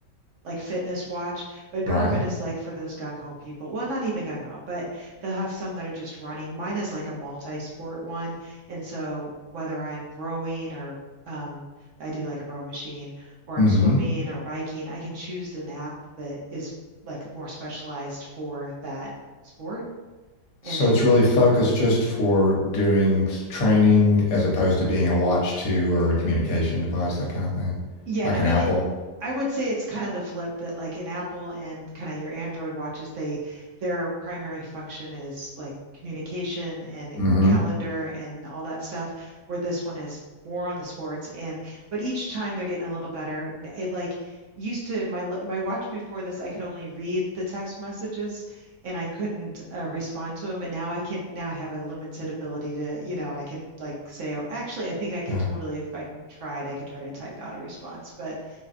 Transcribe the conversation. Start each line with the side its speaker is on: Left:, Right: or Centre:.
Right: like fitness watch, but
Left: Right.
Right: Garmin is like for those gung ho people. Well, not even gung ho, but they'll have some that are just running. Mine is like a multi-sport one, and so whether I'm rowing or um, I do like a row machine, or
Left: Mm-hmm.
Right: I'm swimming or biking, I can choose an app that is like more specialized for that sport,
Left: So
Right: and it
Left: it's really focused just for doing s- training as opposed to being a watch to or a communication device, that kind of thing,
Right: Yeah,
Left: like
Right: I
Left: an
Right: mean
Left: Apple.
Right: it I would say it's kind of the flip that like in Apple and kind of your Android watches, they their primary function is like communication and
Left: Mm-hmm.
Right: calendar and all that stuff, where this one is more on the sports and but each time they're getting a little better. N- It like used to my l- my watch before this, I could only read the text messages, and I couldn't uh, respond to him. And now I can, now I have a limited ability to, you know, I can like say, oh, actually, I think I can
Left: Yeah.
Right: totally, if I tried, I could try to type out a response. But